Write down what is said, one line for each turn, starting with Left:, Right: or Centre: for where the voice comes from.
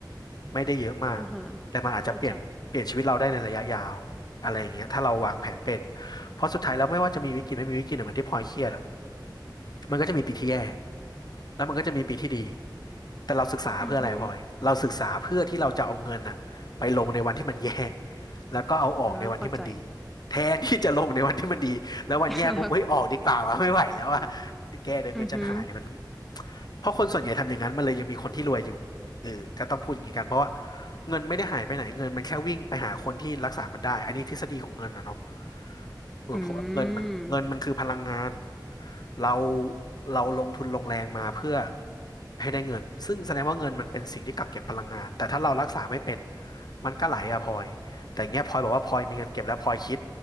Left: ไม่ได้เยอะมาก
Centre: อ่าฮะ
Left: แต่มันอาจจะเปลี่ยนเปลี่ยนชีวิตเราได้ในระยะยาวอะไรอย่างเงี้ยถ้าเราวางแผนเป็น
Centre: เข้าใจ
Left: เพราะสุดท้ายแล้วไม่ว่าจะมีวิกฤตไม่มีวิกฤตเนี่ยเหมือนที่พลอยเครียดอะมันก็จะมีปีที่แย่แล้วมันก็จะมีปีที่ดี แต่เราศึกษาเพื่ออะไรพลอยเราศึกษาเพื่อที่เราจะเอาเงินอะไปลงในวันที่มันแย่
Centre: อือฮึ
Left: แล้วก็เอาออกในวันที่มันดี
Centre: อ่าเข้าใจ
Left: แทนที่จะลงในวันที่มันดีแล้ววันแย่ปุ๊บเฮ้ยออกดีกว่าวะไม่ไหวแล้วอะ
Centre: <laughs> แล้ว
Left: แกเดี๋ยวเงินฉันหายมัน
Centre: อือฮึ
Left: เพราะคนส่วนใหญ่ทำอย่างนั้นมันเลยยังมีคนที่รวยอยู่เออก็ต้องพูดอย่างนี้กันเพราะว่าเงินไม่ได้หายไปไหนเงินมันแค่วิ่งไปหาคนที่รักษามันได้อันนี้ทฤษฎีของเงินนะเนาะเออเพราะว่าเงินมันเงินมันคือพลังงาน
Centre: อืม
Left: เราเราลงทุนลงแรงมาเพื่อให้ได้เงินซึ่งแสดงว่าเงินมันเป็นสิ่งที่กักเก็บพลังงานแต่ถ้าเรารักษาไม่เป็นมันก็ไหลอะพลอยแต่อย่างเงี้ยพลอยบอกว่าพลอยมีเงินเก็บแล้วพลอยคิด